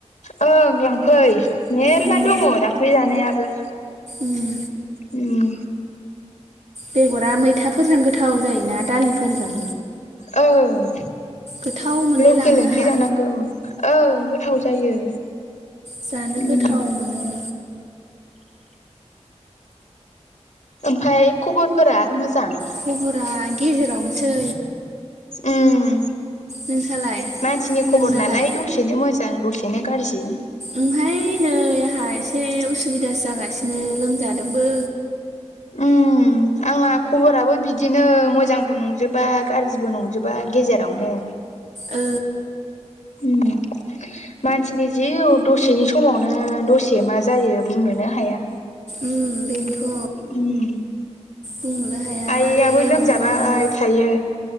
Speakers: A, on the left; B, on the right.
A: ओं लांफै मेर्ला
B: उम
A: दङ दाख्लै जानायाबो।
B: उम
A: ओम।
B: बेगरा मैथाफोरजों गोथाव जायोना दालिफोरजों?
A: ओं
B: गोथाव मोनलाय
A: लकेल
B: लाङो
A: ओंख्रि
B: आंहा
A: जानांगौ ओं गोथाव जायो।
B: जानो
A: उम
B: गोथाव मोनो।
A: ओमफाय खबरफोरा मोजां।
B: खबरा गेजेरावनोसै।
A: ओम
B: नोंसालाय
A: मानसिनि खबर
B: नोंनालाय
A: नालाय दसेनो मोजां दसे -नो गारजि।
B: ओमहाय नै आहा एसे उसुबिदासो जागासिनो लोमजादोंबो।
A: ओम आंहा खबराबो बिदिनो मोजांबो नंजोबा गाज्रिबो नंजोबा गेजेरावनो।
B: ओ
A: उम मानसिनि जिउ दसेनि समावनो दसे मा जायो बुंनोनो हाया।
B: ओम बेनोथ'
A: उम
B: बुंनोबो हाया
A: आइयाबो
B: मा जायो
A: लोमजाबाय
B: मा मायो
A: थायो।